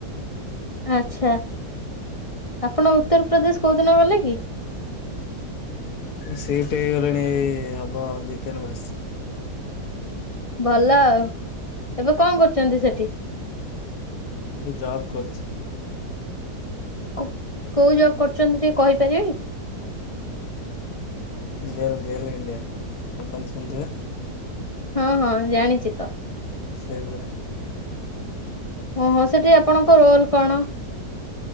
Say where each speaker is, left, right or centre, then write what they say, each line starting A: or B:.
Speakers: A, on the left (about 35°); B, on the left (about 70°).
A: ଆଛା ଆପଣ ଉତ୍ତରପ୍ରଦେଶ କୋଉଦିନ ଗଲେ କି?
B: ସିପ୍ଟ ହେଇଗଲିଣି ଏଇ ହବ ଦୁଇ ତିନି ମାସ।
A: ଭଲ ଆଉ ଏବେ କଣ କରୁଚନ୍ତି ସେଠି?
B: ଏଠି ଜବ୍ କରୁଛି।
A: କୁ କୋଉ ଜବ୍ କରୁଚନ୍ତି ଟିକେ କହିପାରିବେ କି?
B: ଗେଲ ଗେଲ ଇଣ୍ଡିଆ କମ୍ପାନୀ ଶୁଣିଥିବେ?
A: ହଁ ହଁ ଜାଣିଛି ତ।
B: ସେଇଥିରେ।
A: ଓହୋ ସେଠି ଆପଣଙ୍କ ରୋଲ କଣ?